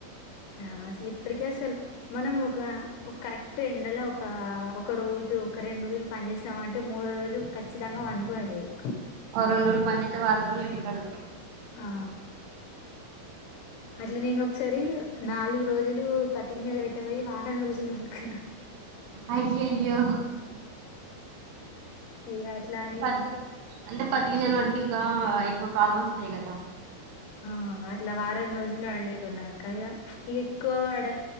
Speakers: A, on the left; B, on the right.
A: ఆ అసలు ఇప్పటిక అసలు మనం ఒక ఒక కరెక్ట్ ఎండలో ఒక ఒక రోజు ఒక రెండు రోజులు పని చేేసినా అంటే మూడో రోజు ఖచ్చితంగా వండుకునిడు ఇక
B: ఒక రెండు రోజులు పనిచేస్తే వారం రోజులు ఇంటికాడినే
A: ఆ అట్లా నేను ఒకసారి నాలుగు రోజులు పత్తి గింజాలు పెట్టబోయి వారం రోజులు పండుకున్నా
B: అయ్యో అయ్యో
A: ఇగ అట్లా అని
B: పత్తి అంటే పత్తి గింజలు పడితే ఇంకా ఎక్కువ కాళ్లు నోస్తయగదా
A: ఆ అట్లా వారం రోజులు వండుకున్నాక ఇగ ఇక ఎక్కువ ఆడ